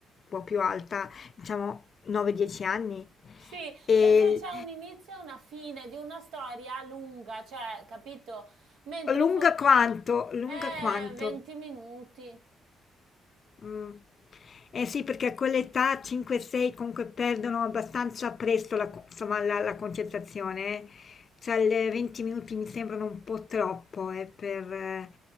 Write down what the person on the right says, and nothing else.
sì,
perché c'è un inizio e una fine di una storia lunga, cioè, capito? Mentre
fo-
eh,
20 minuti.